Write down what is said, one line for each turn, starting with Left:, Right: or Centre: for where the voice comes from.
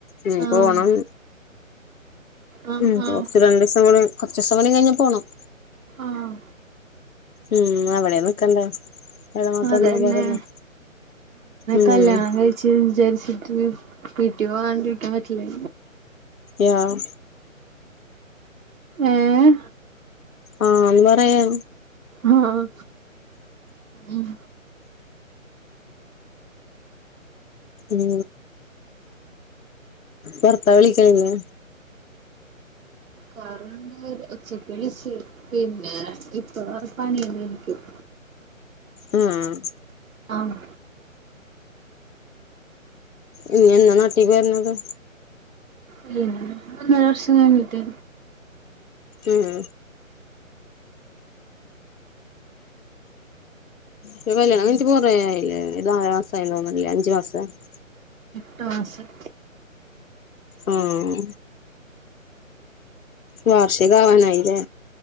Left: ഉം
Right: ആഹ്
Left: പോണം
Right: ആഹ്
Left: ഉം
Right: ആഹ്
Left: കുറച്ച് രണ്ട് ദിവസം കുറച്ചു ദിവസം കൂടെ കഴിഞ്ഞൽ പോകണം
Right: ആഹ്
Left: ഉം അവിടെ നിക്കണ്ടേ ഇവിടെ മാത്രം
Right: അതന്നെ
Left: നിന്നാ പോരല്ലോ ഉം
Right: കല്യാണം കഴിഞ്ഞാൽ വിചാരിച്ചിട്ട് വീട്ടി പോവാണ്ടിരിക്കാൻ പറ്റില്ല
Left: ആഹ്
Right: ഏഹ്
Left: ആഹ് എന്ന് പറയാ
Right: ആഹ് ഉം
Left: ഉം ഭർത്താവ് വിളിക്കൽ ഇല്ലേ
Right: കറന്റ് ഉച്ചക്ക് വിളിച്ച് പിന്നെ ഇപ്പൊ പണി ആയിരിക്കും
Left: ആഹ്
Right: ആഹ്
Left: ഇഞ്ഞി എന്നാ നാട്ടി വരണത്
Right: ഇല്ല ഒന്നര വർഷം കഴഞ്ഞിട്ട്
Left: ഉം ഇപ്പൊ കല്യാണം കഴിഞ്ഞിട്ട് കൊറേ ആയില്ലേ എത്ര നാല് മാസം ആയി എന്ന് തോന്നുന്നുലെ അഞ്ച് മാസ്മോ ആയില്ലേ
Right: എട്ട് മാസം
Left: ആഹ് വാർഷികം ആവാനായില്ലെ